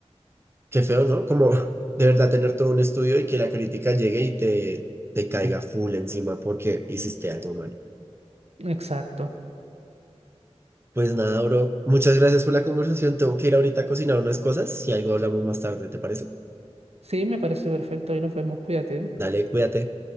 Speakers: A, on the right (about 20°); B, on the right (about 65°).
A: qué feo, ¿no? Como <laughs> de verdad tener todo un estudio y que la crítica llegue y te, te caiga full encima porque hiciste algo mal.
B: Exacto.
A: Pues nada, bro. Muchas gracias por la conversación. Tengo que ir ahorita a cocinar unas cosas. Si algo hablamos más tarde, ¿te parece?
B: Sí, me parece perfecto. Ahí nos vemos. Cuídate.
A: Dale, cuídate.